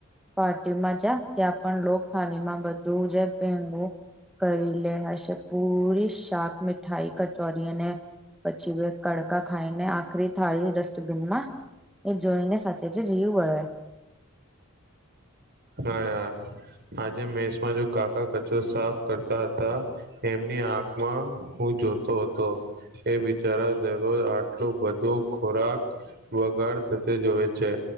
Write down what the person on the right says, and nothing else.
હા યાર. આજે મેસમાં જો કાકા કચરો સાફ કરતા હતા એમની આંખમાં હુ જોતો હતો એ બિચારા દરરોજ આટલો બધો ખોરાક વગર થ જોવે છે